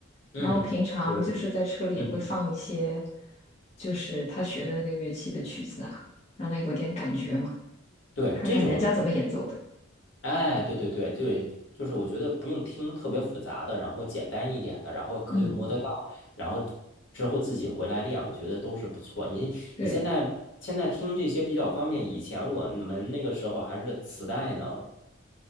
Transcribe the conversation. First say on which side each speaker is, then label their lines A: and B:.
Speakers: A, on the left; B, on the left.
A: 嗯。
B: 然后平常就是在车里也会放一些，
A: 是，嗯，
B: 就是他学的那个乐器的曲子啊，让他有点感觉嘛，
A: 对，
B: 看看人家怎么演奏的。
A: 这种，哎，对对对对，就是我觉得不用听特别复杂的，然后简单一点的，然后可以摸得到，
B: 嗯，
A: 然后之后自己回来练，我觉得都是不错。你你现在现在听这些比较方便，
B: 对。
A: 以前我们那个时候还是磁带呢。